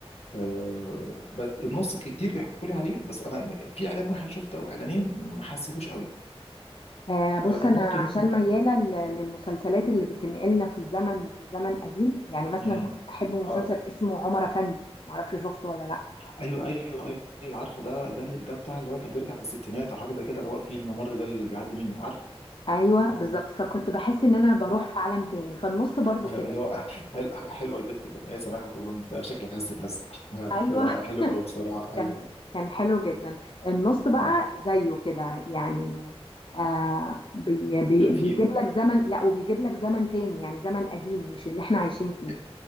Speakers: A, on the left (about 75°); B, on the left (about 55°).
A: آه، بس النص كتير بيحكوا لي عليه بس انا في اعلان واحد شفته او اعلانين ما حسيتوش قوي
B: آه بص
A: فممكن
B: انا عشان
A: ممكن
B: ميالة ل- للمسلسلات اللي بتنقلنا في الزمن لزمن قديم يعني مثلا
A: مم.
B: كنت بحب مسلسل
A: آه،
B: اسمه عمر افندي معرفش شفته ولا لا
A: ايوه ايوه ايوه عارفه ده ده ده بتاع اللي هو كان بيرجع في الستينات او حاجه زي كده اللي هو فيه الممر ده اللي بيعدي منه عارفه
B: ايوه بالظبط
A: اه
B: فكنت بحس ان انا بروح
A: مم.
B: في عالم تاني فالنص برضو
A: ايوه
B: كده
A: اللي هو <laughs> حل- حلوه البت كانت ايه سماحه تقول له انت شكلك عايز تتهز <laughs> هت...
B: ايوه
A: حلو قوي بصراحه
B: كان
A: ايوه
B: كان حلو جدا النص بقى
A: اه
B: زيه كده يعني آه بي بي
A: خفيف
B: بيجيب لك زمن لا وبيجيب لك زمن تاني يعني زمن قديم مش اللي احنا عايشين فيه
A: آه،